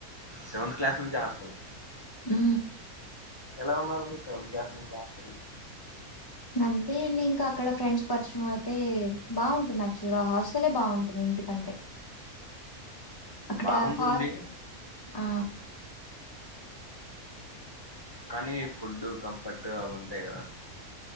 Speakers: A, on the left; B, on the left.
A: సెవెంత్ క్లాస్ నుంచి హాస్టలా
B: మూ
A: ఎలా ఉన్నారండి సెవెంత్ క్లాస్ నుంచి హాస్టల్లో
B: అంతే అండి ఇంకా అక్కడ ఫ్రెండ్స్ పరిచయం అవుతే బాగుంటుంది యాక్చువల్ గా హాస్టలే బాగుంటుంది. టికంటే అక్కడా
A: బాగుంటుంది
B: ఫాగ్ ఆ
A: ఓకే, కానీ ఫుడ్డు కంఫర్టు అవి ఉంటాయి కదా